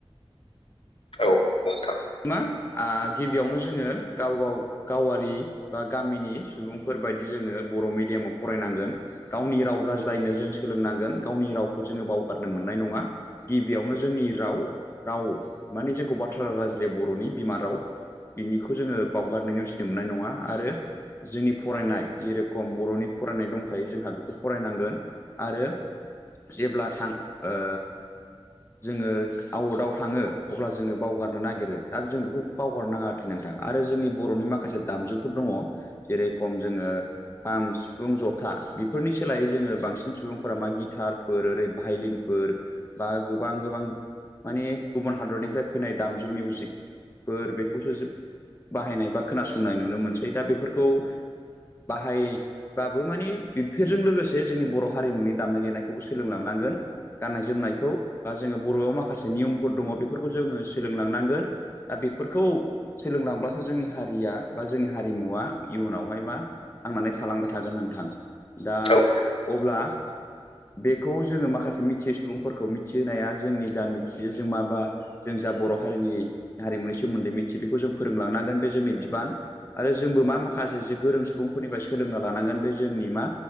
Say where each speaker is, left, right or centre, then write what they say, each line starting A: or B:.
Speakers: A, on the left; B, on the left.
A: नोंथां औ नोंथां
B: मा ओ गिबियावनो जोङो गाव गाव गावारि बा गामिनि सुबुंफोर बायदि जोङो बर' मिेडियामाव फरायनांगोन गावनि राव राजायज्लायनो जों सोलोंनांगोन गावनि रावखौ जोङो बावगारनो मोननाय नङा। गिबियावनो जोंनि राव राव माने जोंखौ बाथ्रा रायज्लाया बर'नि बिमा राव बिनिखौ जोङो बावगारनायनि नेवसिनो मोननाय नङा आरो जोंनि फरायनाय जेरेखम बर'नि फरायनाय दंखायो जोंहा बेखौ फरायनांगोन। आरो जेब्ला थां ओ जोङो आउटआव थाङो। अब्ला जोङो बावगारनो नागिरो दा जों बेखौ बावगारनााङा आरोखि नोंथां आरो जोंनि बर'नि माखासे दामजुफोर दङ। जेरखम जोङो खाम सिफुं जथा बेफोरनि सोलायै जोङो बांसिन सुबुंफोरा मा गिटार <unintelligible> बा गोबां गोबां म गुब हादरनिफ्राय फैनाय दामजु मिउजिकफोर बेखौसो जों बाहायनाय बा खोनासंनाय नुनो मोनसै दा बेफोरखौ बाहायबाबो मानि बेफोरजों लोगोसे जोंनि बर' हारिमुनि दामनाय देनायखौ सोलोंलांनांगोन गाननाय जोमनाय खौ जोंना बर'ना माखासे नियमफोर दङ बे बेफोरखौ जोङो सोलोंलांनांगोन। दा बेफोरखौ सोलोंलांब्लासो जोंनि हारिया बा जोंनि हारिमुवा इयुनावहाय मा थांनानै थालांबाय थागोन नोंथां दा
A: औ
B: अब्ला बेखौ जोङो माखासे मिथियै सुबुंफोरखौ मिथिहोनाया जोंनि जा मिथियो जों माबा जों जा बर' हारिनि हारिमुनि सोमोन्दै मिथियो बेखौ जों फोरोंलांनांगोन बे जोंनि बिबान। आरो जोंबो मा माखासे गोरों सुबुंफोरनिफ्राय सोलोंना लानांगोन बे जोंनि मा